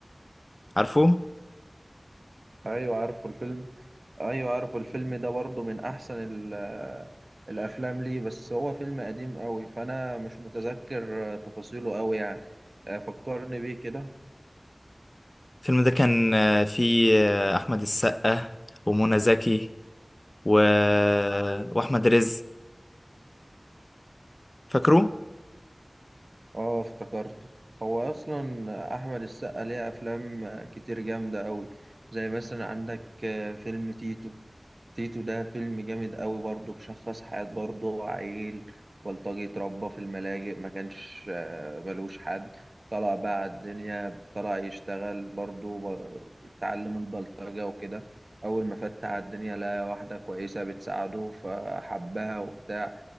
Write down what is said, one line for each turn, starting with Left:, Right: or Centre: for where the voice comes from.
Left: عارفه
Right: أيوة عارفه الفيلم أيوة عارفه الفيلم ده برضه من أحسن ال- آه، الأفلام ليه بس هو فيلم قديم أوي فأنا مش متذكر آه، تفاصيله أوي يعني آه، فكرني بيه كده
Left: الفيلم ده كان آه، فيه آه، أحمد السقا ومنى زكي و... آه، وأحمد رزق فاكره؟
Right: اه افتكرته هو اصلا احمد السقا ليه افلام كتير جامده قوي زي مثلا عندك آه، فيلم تيتو تيتو ده فيلم جامد قوي برضه بشخص حياه برضه عيل بلطجي اتربى في الملاجئ ما كانش آه، ملوش حد طلع بقى على الدنيا طلع يشتغل برضه ب- اتعلم البلطجه وكده اول ما فت على الدنيا لقى واحده كويسه بتساعده فحبها وبتاع